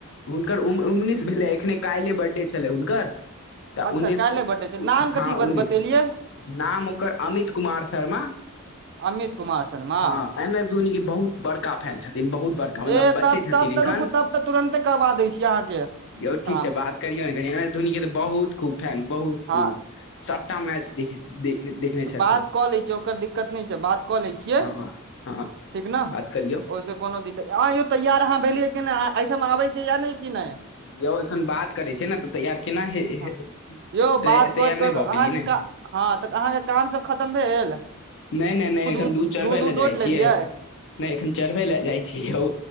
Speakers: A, on the left (about 60°); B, on the right (about 50°).
A: हुनकर उम्र उन्नीस भेलै एखने काल्हि बर्थडे छलै हुनकर तऽ
B: अच्छा
A: उन्नीस
B: काल्हि बर्थडे छै नाम
A: हँ
B: कथी
A: उन्नीस
B: बतेलियै
A: नाम ओकर अमित कुमार शर्मा
B: अमित कुमार शर्मा
A: हँ एम एस धोनी के बहुत बड़का फैन छथिन बहुत बड़का मतलब
B: ए
A: बच्चे
B: तब
A: छथिन
B: तब
A: एखन
B: तऽ रुकू तब तऽ तुरन्ते करबा दै छी अहाँके
A: यौ ठीक
B: काम
A: छै बात धोनी के तऽ बहुत खूब फैन बहुत खूब
B: हँ
A: सबटा मैच देखने
B: त
A: छथिन
B: बात कऽ लै छियै ओकर दिक्कत नहि छै बात क लै छियै
A: हँ
B: ठीक
A: हँ
B: न
A: बात करियौ
B: कोनो दिक्कत- हँयौ तैयार अहाँ भेलियै कि नहि अहिठाम आबैके या नहि कि नहि
A: यौ एखन बात करै छै ने तऽ तैयार केना तैयार
B: हँ यौ बात करैत करैत
A: नहि भऽ
B: अहाँके
A: पेलियै ने
B: का हँ तऽ अहाँके काम सब खतम भेल
A: नहि नहि नहि एखन
B: उध
A: दूध चढ़बै लए
B: उध
A: जाइ
B: ओट
A: छियै
B: लेलियै
A: नहि एखन चढ़बै ल जाइ छी यौ